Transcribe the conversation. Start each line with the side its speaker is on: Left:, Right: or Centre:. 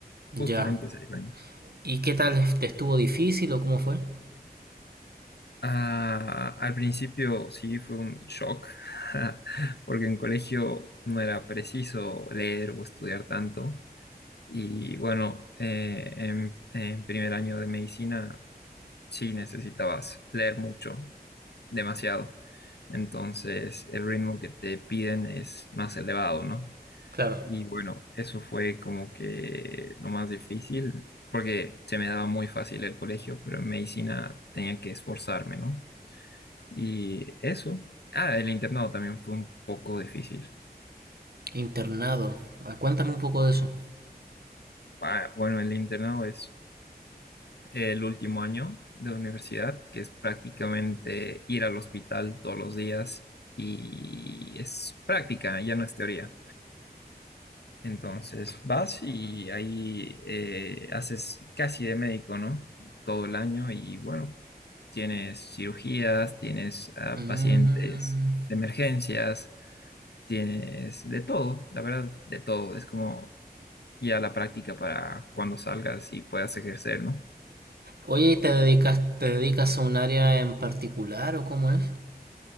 Left: justamente
Right: Ya.
Left: seis años.
Right: ¿Y qué tal? ¿Te estuvo difícil o cómo fue?
Left: Ah, al principio sí fue un shock, <laughs> porque en colegio no era preciso leer o estudiar tanto. Y bueno, eh, en, en primer año de medicina sí necesitabas leer mucho, demasiado. Entonces el ritmo que te piden es más elevado, ¿no?
Right: Claro.
Left: Y bueno, eso fue como que lo más difícil, porque se me daba muy fácil el colegio, pero en medicina tenía que esforzarme, ¿no? Y eso. Ah, el internado también fue un poco difícil.
Right: Internado. Ah, Cuéntame un poco de eso.
Left: Ah, Bueno, el internado es el último año de universidad, que es prácticamente ir al hospital todos los días y es práctica, ya no es teoría. Entonces vas y ahí eh, haces casi de médico, ¿no? Todo el año y bueno, tienes cirugías, tienes ah,
Right: Mm.
Left: pacientes de emergencias, tienes de todo, la verdad, de todo. Es como ya la práctica para cuando salgas y puedas ejercer, ¿no?
Right: Oye, ¿y ¿te dedicas, te dedicas a un área en particular o cómo es?